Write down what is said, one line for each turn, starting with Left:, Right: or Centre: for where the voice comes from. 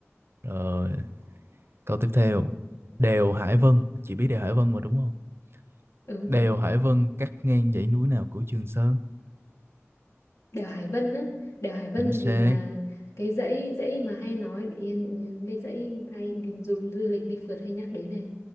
Right: rồi câu tiếp theo đèo Hải Vân chị biết đèo Hải Vân mà đúng không
Left: ừ
Right: đèo Hải Vân cắt ngang dãy núi nào của Trường Sơn
Left: đèo Hải Vân á đèo Hải Vân
Right: chính xác
Left: thì là cái dãy dãy mà hay nói yên những cái dãy hay đi du, du lịch đi phượt hay nhắc đến này